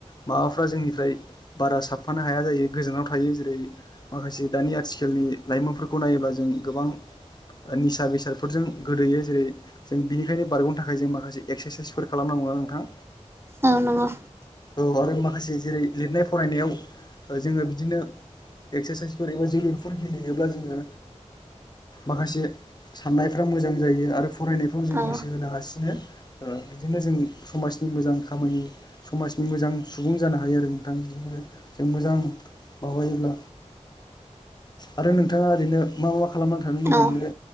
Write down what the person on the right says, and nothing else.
आ नंगौ
औ
औ